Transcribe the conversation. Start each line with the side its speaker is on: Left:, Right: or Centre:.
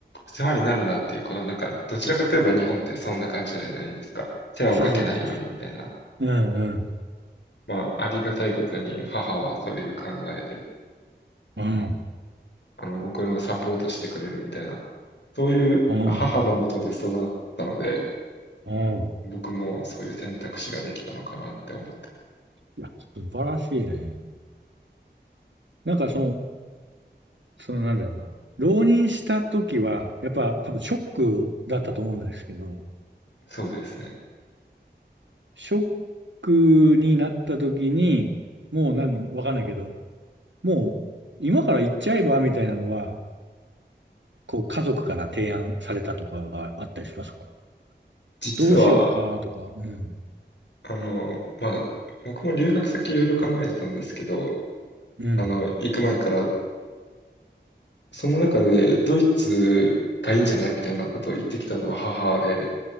Left: 世話になるなっていう、このなんか、どちらかといえば日本ってそんな感じじゃないですか。世話をかけないようにみたいな。
Right: そうそう。うんうん。
Left: まあ、ありがたいことに母はそういう考えで、
Right: うん。
Left: あの、僕のサポートしてくれるみたいな、そういう母のもとでそうだったので、
Right: うん。うん。
Left: 僕もそういう選択肢ができたのかなって思って、
Right: いや、素晴らしいね。なんかその、そのなんだろうな。浪人した時は、やっぱ多分ショックだったと思うんですけど、
Left: そうですね。
Right: ショックになった時に、もう何、わかんないけど、もう今から行っちゃえばみたいなのは、こう家族から提案されたとかがあったりしますか
Left: 実は、
Right: どうしようかとか、うん、
Left: あの、まあ、僕も留学先いろいろ考えてたんですけど、
Right: うん、
Left: あの、行く前から、その中でドイツがいいんじゃないみたいなことを言ってきたのは母で、